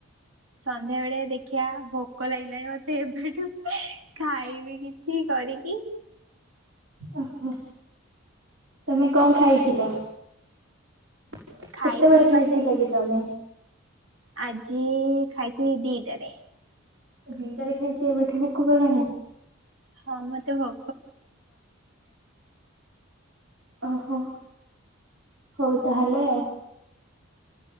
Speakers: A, on the right (about 90°); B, on the right (about 65°).
A: ସନ୍ଧ୍ୟା ବେଳେ ଦେଖିବା ଭ ଭୋକ ଲାଗିଲାଣି ମତେ ଏବେଠୁ ଖାଇବି କିଛି କରି କି
B: ଓହୋ ତମେ କଣ ଖାଇଥିଲ କେତେବେଳେ
A: ଖାଇଥିଲି
B: ଖାଇଥିଲା
A: ପା ସେଇ
B: କି ତମେ
A: ଆଜି ଖାଇଥିଲ ଦିଦଲେ
B: ଦିଇଟାରେ ଖାଇକି ଏବେଠୁ ଭୋକ ଗଲାଣି
A: ହଁ ମତେ ଭଉ
B: ଓହୋ ହଉ ତାହେଲେ ଆଉ